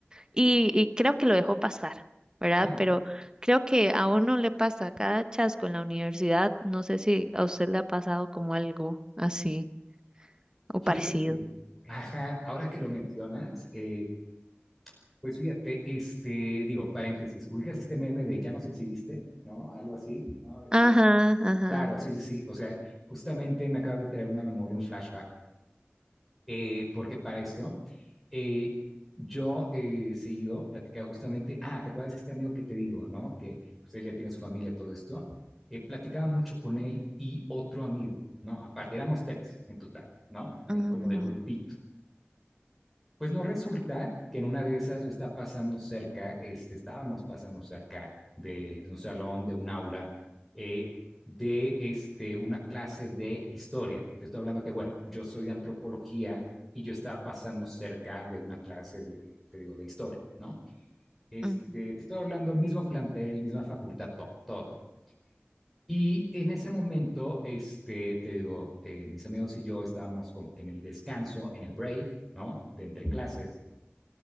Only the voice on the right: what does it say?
Y, y creo que lo dejó pasar, ¿verdad?
Pero creo que a uno le pasa cada chasco en la universidad. No sé si
a usted le ha pasado como algo así o
parecido.
Ajá, ajá,
ajá,
ajá,